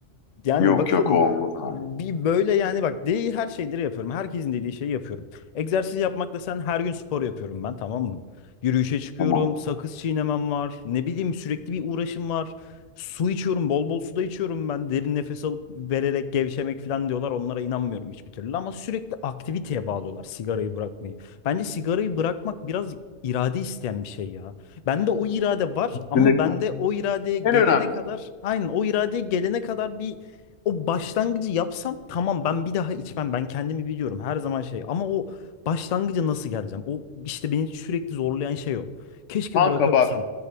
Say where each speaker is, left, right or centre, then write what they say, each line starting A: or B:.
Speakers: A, on the left; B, on the left.
A: Yani
B: Yok
A: bakalım
B: yok olmaz abi.
A: bir böyle yani bak değil her şeyleri yapıyorum. Herkesin dediği şeyi yapıyorum. Egzersiz yapmakla sen her gün spor yapıyorum ben tamam mı? Yürüyüşe çıkıyorum,
B: Tamam.
A: sakız çiğnemem var. Ne bileyim sürekli bir uğraşım var. Su içiyorum, bol bol su da içiyorum ben. Derin nefes alıp vererek gevşemek falan diyorlar. Onlara inanmıyorum hiçbir türlü ama sürekli aktiviteye bağlıyorlar sigarayı bırakmayı. Bence sigarayı bırakmak biraz irade isteyen bir şey ya. Bende o irade var
B: Kesinlikle.
A: ama bende o iradeye gelene
B: En önemlisi.
A: kadar aynen o iradeye gelene kadar bir o başlangıcı yapsam tamam ben bir daha içmem. Ben kendimi biliyorum her zaman şey. Ama o başlangıca nasıl geleceğim? O işte beni sürekli zorlayan şey o. Keşke
B: Kanka
A: bırakabilsem.
B: bak